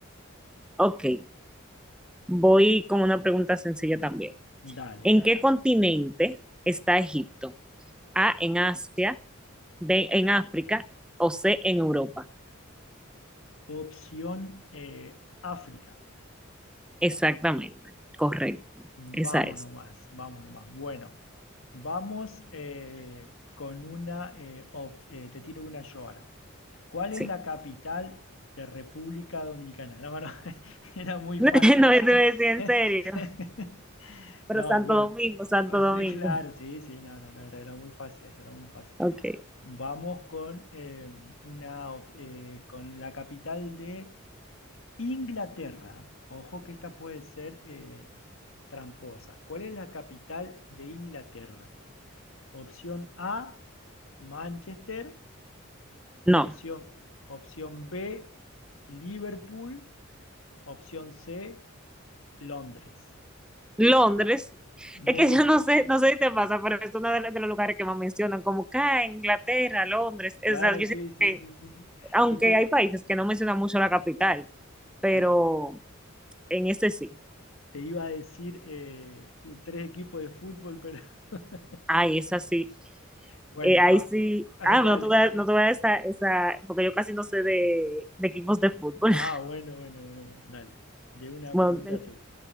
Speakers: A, in the centre; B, on the left.
A: Ok, voy con una pregunta sencilla también.
B: Dale.
A: ¿En qué continente está Egipto? A, en Asia, B, en África o C, en Europa.
B: Opción eh, África.
A: Exactamente, correcto.
B: Vamos
A: Esa es,
B: nomás, vamos nomás. Bueno, vamos eh, con una, eh, op- eh, te tiro una yo ahora. ¿Cuál
A: sí.
B: es la capital de República Dominicana? No, no, <laughs> era muy
A: <laughs>
B: fácil
A: no,
B: esa.
A: eso decir en
B: <laughs>
A: serio, pero
B: No,
A: Santo
B: bueno,
A: Domingo, Santo
B: oh, sí,
A: Domingo.
B: claro, sí, sí, no, no, no, era, era muy fácil, esa era muy fácil.
A: Ok,
B: Vamos con, eh, una, op- eh, con la capital de Inglaterra, ojo que esta puede ser eh, tramposa. ¿Cuál es la capital de Inglaterra? Opción A, Manchester.
A: no.
B: Opción, opción B, Liverpool. Opción C, Londres.
A: Londres,
B: Muy
A: es que yo
B: bien.
A: no sé,
B: <laughs>
A: no sé si te pasa, pero es uno de, los- de los lugares que más mencionan, como acá, Inglaterra, Londres.
B: Claro,
A: O sea, yo
B: sí,
A: sé
B: sí,
A: que,
B: sí, sí. sí.
A: aunque
B: Y te,
A: hay países que no mencionan mucho la capital, pero
B: te-
A: en este sí.
B: te iba a decir eh, tres equipos de fútbol, pero <laughs>
A: Ay, esa sí.
B: bueno,
A: Eh, ahí
B: ah,
A: sí.
B: ah,
A: Ah,
B: dale.
A: no tuve, no tuve esa, esa, porque yo casi no sé de, de equipos de fútbol.
B: Ah,
A: <laughs>
B: bueno, bueno, bueno, bueno. Dale. De una
A: Bueno,
B: pregunta
A: ten-
B: tú.